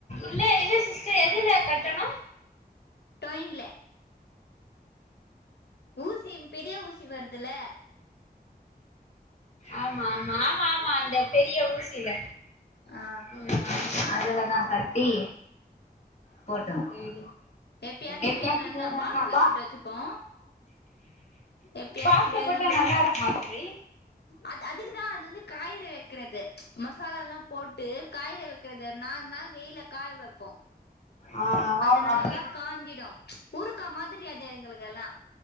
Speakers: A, on the left; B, on the left.
A: இல்ல இல்ல சிஸ்டர் எதுல கட்டணு
B: டொயின்ல ஊசி பெரிய ஊசி வர்துல்ல
A: ஆம்மா ஆம்மா ஆம்மா ஆம்மா அந்த பெரிய ஊசில
B: ஆ
A: ம் அதுலதா கட்டி போட்டோ ம்
B: எப்பயாச்சு
A: எப்ப
B: வேணுன்னா
A: ஆச்சு வேணான்னாபா
B: பாக்ஸ்ல போட்டு வச்சுப்போ எப்பயாச்சு
A: பாக்ஸ்ல
B: வேணுன்னா
A: போட்டா நல்லா இருக்குமா தோழி
B: அது அதுக்குதா அது ந்து காய்ற வெக்கிறது மசாலால்லா போட்டு காயற வெக் கது நால்நாள் வெயில்ல காய வெப்போ
A: ஆ ஆ
B: அது நல்லா
A: அப்டி
B: காஞ்சிடு ஊறுக்கா மாதிரி அது எங்களுக்கெல்லா